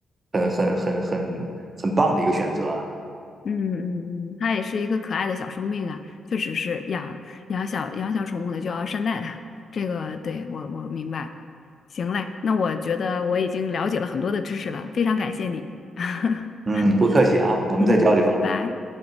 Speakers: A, on the right; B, on the left.
A: 很很很很很棒的一个选择。
B: 嗯嗯嗯，它也是一个可爱的小生命啊，确实是养养小养小宠物的就要善待它，这个对我我明白。行嘞，那我觉得我已经了解了很多的知识了，非常感谢你。<laughs>
A: 嗯，不客气啊，我们再交流。
B: 嗯，拜拜。